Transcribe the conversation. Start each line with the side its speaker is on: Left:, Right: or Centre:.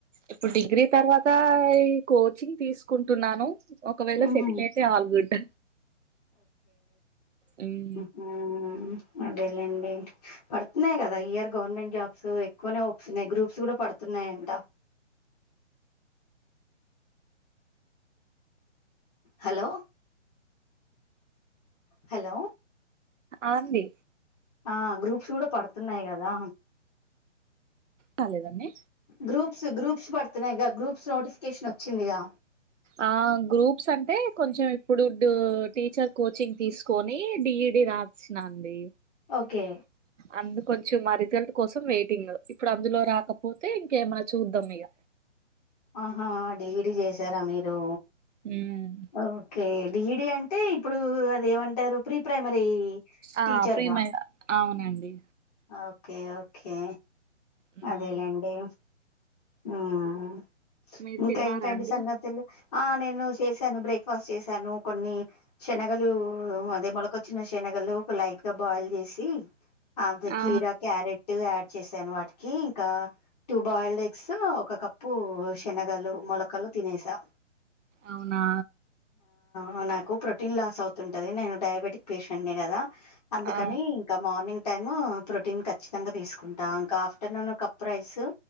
Right: ఇప్పుడు డిగ్రీ తర్వాత ఈ కోచింగ్ తీసుకుంటున్నాను ఒకవేళ
Left: ఉహు
Right: సెటిల్ అయితే ఆల్ గుడ్ హుమ్
Left: హుమ్ అదేలేండి పడుతున్నాయి కదా ఈ ఇయర్ గవర్నమెంట్ జాబ్స్ ఎక్కువనే హోప్స్ ఉన్నాయి గ్రూప్స్ కూడా పడుతున్నాయంట హలో హలో
Right: ఆతీ
Left: ఆ గ్రూప్స్ కూడా పడుతున్నాయి కదా
Right: కాలేదన్ని
Left: గ్రూప్స్ గ్రూప్స్ పడుతున్నాయి గా గ్రూప్స్ నోటిఫికేషన్ వచ్చిందిగా
Right: ఆ గ్రూప్స్ అంటే కొంచెం ఇప్పుడు టీచర్ కోచింగ్ తీసుకు కొని డి ఇ డి రాసినా అండి
Left: ఓకే
Right: అందు కొంచెం మా రిజల్ట్ కోసం వెయిటింగ్ ఇప్పుడు అందులో రాకపోతే ఇంకేమనా చూద్దాం ఇక
Left: ఆహా డి ఇ డి చేసారా మీరు
Right: హుమ్
Left: ఓకే డిఇ డి అంటే ఇప్పుడు అది ఏమంటారు ప్రీ ప్రైమరీ
Right: ఆ
Left: టీచర్
Right: ప్రీమ
Left: గా
Right: అవునండి
Left: ఓకే ఓకే
Right: మ్మ్
Left: అదేలేండి హుమ్
Right: మీరు
Left: ఇంకా
Right: తిన్నారా
Left: ఏంటండి
Right: అండి
Left: సంగతులు ఆ నేను చేశాను బ్రేక్ఫాస్ట్ చేశాను కొన్ని శనగలు అదే మొలక వచ్చిన శనగలు ఒక లైట్ గా బాయిల్ చేసి అంద్
Right: ఆ
Left: కీరా క్యారేట్ యాడ్ చేసాను వాటికి ఇంకా టూ బాయిల్డ్ ఎగ్స్ ఒక కప్పు శనగలు మొలకలు తినేశా
Right: అవునా
Left: ఆ నాకు ప్రోటీన్ లాస్ అవుతుంటది నేను డయాబెటిక్ పేషెంట్ ని కదా అందుకని
Right: ఆ
Left: ఇంకా మార్నింగ్ టైమ్ ప్రోటీన్ ఖచ్చితంగా తీసుకుంటా ఇంకా ఆఫ్టర్నూన్ కప్పు రైస్